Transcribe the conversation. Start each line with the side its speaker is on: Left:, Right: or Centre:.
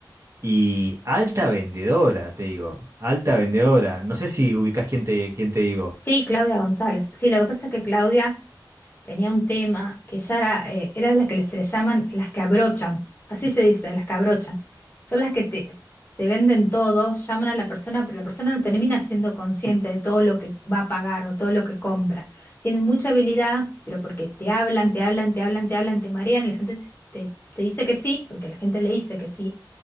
Right: y alta vendedora, te digo, alta vendedora. No sé si ubicás quién te, quién te digo.
Left: Sí, Claudia González. Sí, lo que pasa es que Claudia tenía un tema que ya era, eh, era la que se le llaman las que abrochan. Así se dice, las que abrochan. Son las que te, te venden todo, llaman a la persona, pero la persona no termina siendo consciente de todo lo que va a pagar o todo lo que compra. Tienen mucha habilidad, pero porque te hablan, te hablan, te hablan, te hablan, te marean, la gente te, te te dice que sí, porque la gente le dice que sí